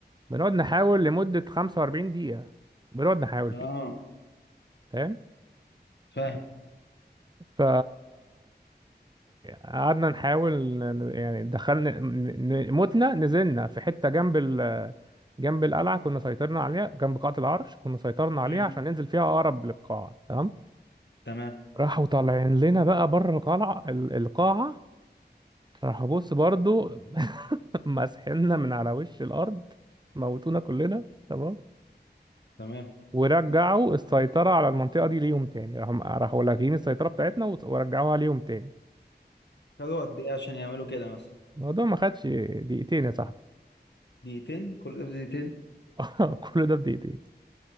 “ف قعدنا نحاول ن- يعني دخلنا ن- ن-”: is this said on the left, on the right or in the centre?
Right